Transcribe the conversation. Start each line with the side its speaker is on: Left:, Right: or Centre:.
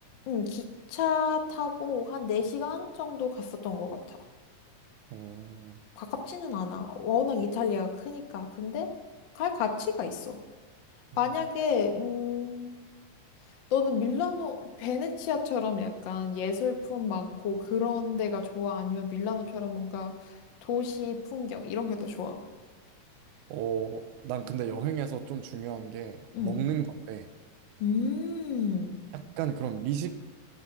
Left: 음, 기차 타고 한 4시간 정도 갔었던 것 같아.
Right: 어,
Left: 가깝지는 않아. 워낙 이탈리아가 크니까. 근데 갈 가치가 있어. 만약에,
Right: 음.
Left: 음, 너는 밀라노, 베네치아처럼 약간 예술품 많고 그런 데가 좋아? 아니면 밀라노처럼 뭔가 도시 풍경 이런 게 더 좋아?
Right: 어, 난 근데 여행에서 좀 중요한 게
Left: 응.
Right: 먹는 건데
Left: 음.
Right: 약간 그런 미식